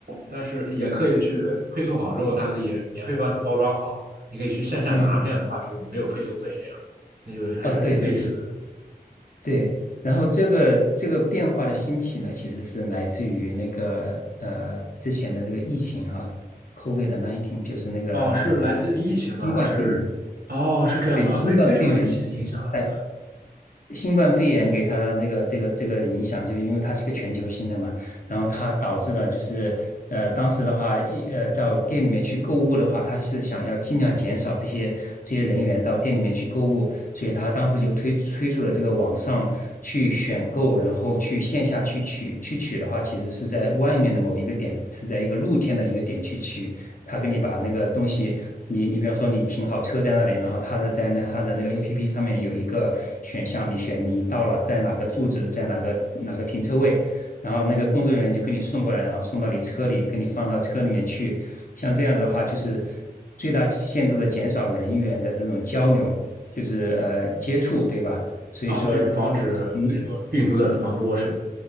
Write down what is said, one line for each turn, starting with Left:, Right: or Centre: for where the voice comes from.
Right: 但是也可以去配送好之后，它可以免费帮你包装好，你可以去线下拿，
Left: 嗯嗯，
Right: 这样的话就是没有配送费，这样那就还是挺类似的。
Left: 哦，对对对对，然后这个这个变化的兴起呢，其实是来自于那个呃之前的那个疫情哈，COVID-19 就是那个呃
Right: 哦，是来自疫情吗？
Left: 新冠肺炎，
Right: 是，哦，是这样吗？
Left: 对，新冠肺炎。
Right: 为为什么疫情影响了这
Left: 在新冠肺炎给他那个这个这个影响，就因为它是一个全球性的嘛，然后它导致了就是呃当时的话，一呃到店里面去购物的话，他是想要尽量减少这些这些人员到店里面去购物，所以他当时就推推出了这个网上去选购，然后去线下去取去取的话，其实是在外面的某一个点，是在一个露天的一个点去取。他给你把那个东西，你你比方说你停好车在那里，然后他的在那他的那个 APP 上面有一个选项，你选你到了在哪个住址，在哪个哪个停车位，然后那个工作人员就给你送过来，然后送到你车里，给你放到车里面去。像这样子的话，就是最大限度的减少人员的这种交流，就是呃接触，对吧？所以说。
Right: 个？哦，对，防止那个病毒的传播是吧？
Left: 从